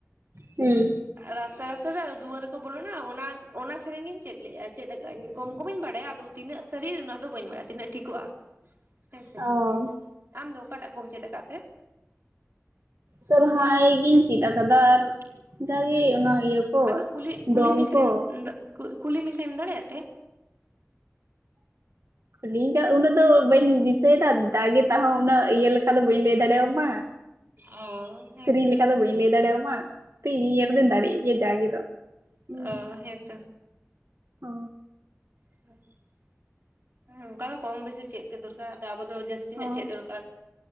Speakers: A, on the right (about 75°); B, on the right (about 50°).
A: ᱦᱩᱸ
B: ᱨᱟᱥᱛᱟ ᱨᱟᱥᱛᱟ ᱛᱮ ᱟᱨ ᱫᱩᱣᱟᱹᱨ ᱨᱮᱠᱚ ᱵᱚᱞᱚᱱ ᱟ ᱚᱱᱟ ᱚᱱᱟ ᱥᱮᱨᱮᱧ ᱤᱧ ᱪᱮᱫ ᱞᱮᱜᱼᱟ ᱪᱮᱫ ᱠᱟᱜᱟᱹᱧ ᱠᱚᱢ ᱠᱚᱢᱤᱧ ᱵᱟᱰᱟᱭᱟ ᱟᱫᱚ ᱛᱤᱱᱟᱹᱜ ᱥᱟᱹᱨᱤ ᱚᱱᱟ ᱫᱚ ᱵᱟᱹᱧ ᱵᱟᱲᱟᱭᱼᱟ ᱛᱤᱱᱟᱹᱜ ᱴᱷᱤᱠᱚᱜᱼᱟ᱾ ᱦᱮᱸᱥᱮ
A: ᱚ ᱦᱩᱸ
B: ᱟᱢ ᱫᱚ ᱚᱠᱟᱴᱟᱜ ᱠᱚᱢ ᱪᱮᱫ ᱟᱠᱟᱫ ᱛᱮ
A: ᱥᱚᱨᱦᱟᱭ ᱜᱤᱧ ᱪᱮᱫ ᱟᱠᱟᱫᱟ ᱟᱨ ᱡᱟᱜᱮ ᱚᱱᱟ ᱤᱭᱟᱹ ᱠᱚ
B: ᱟᱫᱚ ᱠᱩᱞᱤ ᱠᱩᱞᱤ
A: ᱫᱚᱝ
B: ᱢᱮᱠᱷᱟᱱ
A: ᱠᱚ
B: ᱤᱧ ᱠᱩᱞᱤ ᱢᱮᱠᱷᱟᱱ ᱫᱟᱲᱮᱭᱟᱜ ᱛᱮ
A: ᱠᱩᱞᱤ ᱤᱧᱫᱚ ᱩᱱᱟᱹᱜ ᱫᱚ ᱵᱟᱹᱧ ᱫᱤᱥᱟᱹᱭ ᱮᱫᱟ ᱫᱟᱜᱮ ᱛᱟᱦᱚᱸ ᱩᱱᱟᱹᱜ ᱤᱭᱟᱹ ᱞᱮᱠᱟ ᱫᱚ ᱵᱟᱹᱧ ᱞᱟᱹᱭ ᱫᱟᱲᱮ ᱭᱟᱢᱟ ᱢᱟ
B: ᱚ ᱦᱮᱸᱛᱚ
A: ᱥᱤᱨᱤᱧ ᱞᱮᱠᱟ ᱫᱚ ᱵᱟᱹᱧ ᱞᱟᱹᱭ ᱫᱟᱲᱮᱣ ᱟᱢᱟ ᱤᱭᱟᱹ ᱠᱚᱫᱚ ᱫᱟᱲᱮᱜ ᱜᱮᱭᱟᱭ ᱡᱟᱜᱮ ᱫᱚ ᱦᱩᱸ
B: ᱚ ᱦᱮᱸᱛᱚ
A: ᱚ
B: <inaudible> ᱦᱩᱸ ᱚᱱᱠᱟ ᱫᱚ ᱠᱚᱢ ᱵᱮᱥᱤ ᱪᱮᱫ ᱜᱮ ᱫᱚᱨᱠᱟᱨ ᱟᱫᱚ ᱟᱵᱚ ᱫᱚ ᱡᱟᱹᱥᱛᱤ
A: ᱦᱳᱭ
B: ᱧᱚᱜ ᱪᱮᱫ ᱫᱚᱨᱠᱟᱨ